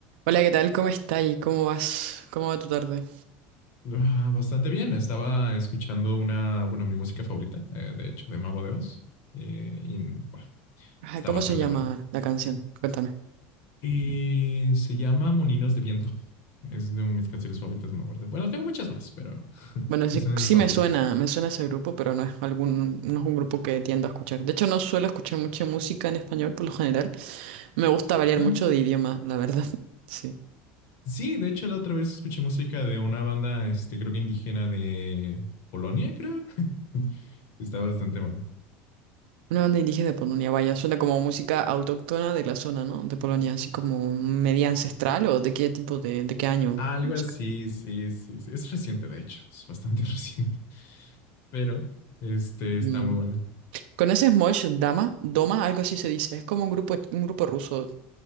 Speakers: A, on the right; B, on the left.
A: Hola, ¿qué tal? ¿Cómo estás? ¿Y cómo vas? ¿Cómo va tu tarde?
B: Ah, Bastante bien. Estaba escuchando una, bueno, mi música favorita, eh, de hecho, de Mago de Oz. eh, y buah,
A: Ajá,
B: está
A: ¿cómo
B: bastante
A: se llama
B: buena.
A: la canción? Cuéntame.
B: Y se llama Moninos de Viento. Es de mis canciones favoritas, me acuerdo. Bueno, tengo muchas más, pero <laughs>
A: Bueno, sí,
B: es una de
A: sí
B: mis favoritas.
A: me suena, me suena ese grupo, pero no es algún, no es un grupo que tiendo a escuchar. De hecho, no suelo escuchar mucha música en español por lo general. Me gusta variar
B: Ah,
A: mucho de idioma, la verdad. <laughs> Sí.
B: sí, de hecho, la otra vez escuché música de una banda, este, creo que indígena de Polonia, creo. <laughs> Está bastante buena.
A: Una banda indígena de Polonia, vaya, suena como música autóctona de la zona, ¿no? De Polonia, así como media ancestral o de qué tipo de, de qué año
B: Algo
A: la música.
B: así, sí, sí, sí. Es reciente, de hecho. Es bastante <laughs> reciente. Pero, este, está
A: Mm.
B: muy buena.
A: Con ese Mosh Dama? Doma, algo así se dice. Es como un grupo, un grupo ruso